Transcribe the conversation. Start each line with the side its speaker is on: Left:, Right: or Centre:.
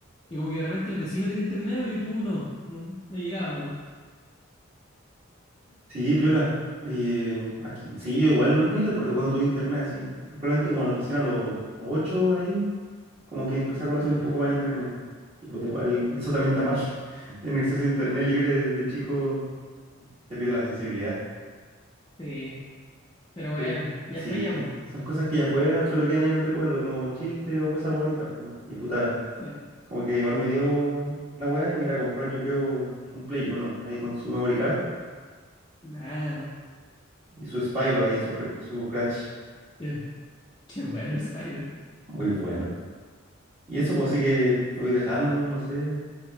Left: Y como que de repente el vecino tenía internet y tú no, no, no llegaba nomás.
Right: Sí, piola. Eh, aquí, sí, yo igual no, ni recuerdo cuando tuve internet, así. Probablemente como recién a los 8 ahí, como que empecé a conocer
Left: Mm.
Right: un poco mal internet. Y pues igual, eso también está mal. <laughs> Tener acceso a internet libre desde chico se pierde la sensibilidad.
Left: Sí, pero bueno,
Right: Pero,
Left: ya
Right: sí,
Left: fue ya, pues.
Right: son cosas que ya fueron, pero quedan ahí en el recuerdo, como chistes o cosas bonitas, po. Y puta,
Left: Sí.
Right: como que igual me dio la weá y me voy a ir a comprar, yo creo, un Play uno ahí con su memory card
Left: Nah,
Right: y su Spyro ahí, su, cr- su Crash.
Left: qué, qué bueno Spyro.
Right: Muy bueno. Y eso, pues sí que te voy dejando, no sé.